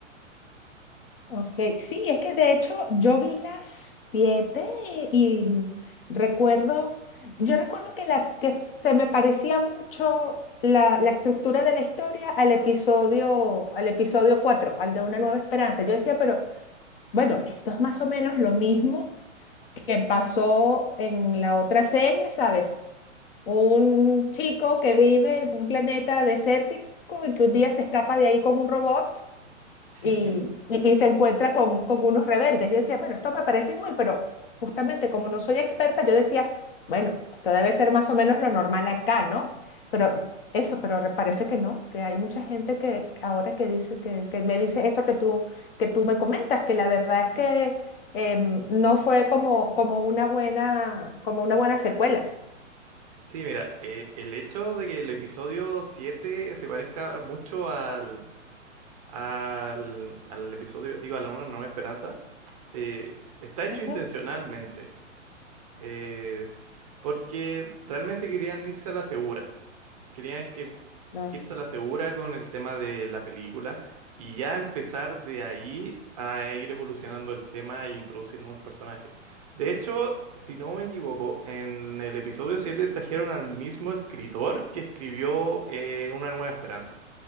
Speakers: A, on the left; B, on the right.
A: Ok,
B: Sí.
A: sí, es que de hecho yo vi las siete y, mm, recuerdo, yo recuerdo que, la, que se me parecía mucho la, la estructura de la historia al episodio, al episodio 4, al de Una Nueva Esperanza. Yo decía, pero bueno, esto es más o menos lo mismo que pasó en la otra serie, ¿sabes? Un chico que vive en un planeta desértico y que un día se escapa de ahí con un robot
B: <laughs>
A: y, y- y se encuentra con, con unos rebeldes. Yo decía, bueno, esto me parece igual, pero justamente como no soy experta, yo decía, bueno, esto debe ser más o menos lo normal acá, ¿no? Pero eso, pero re- parece que no, que hay mucha gente que ahora que dice, que, que me dice eso que tú, que tú me comentas, que la verdad es que em, no fue como, como una buena, como una buena secuela.
B: Sí, mira, el, el hecho de que el episodio 7 se parezca mucho al, al, al episodio, digo, a la Una Nueva Esperanza, eh, está hecho
A: Ujú.
B: intencionalmente, eh, porque realmente querían irse a la segura. querían que
A: No.
B: irse a la segura con el tema de la película y ya empezar de ahí a ir evolucionando el tema e introducir nuevos personajes. De hecho, si no me equivoco, en el episodio 7 trajeron al mismo escritor que escribió eh, Una Nueva Esperanza.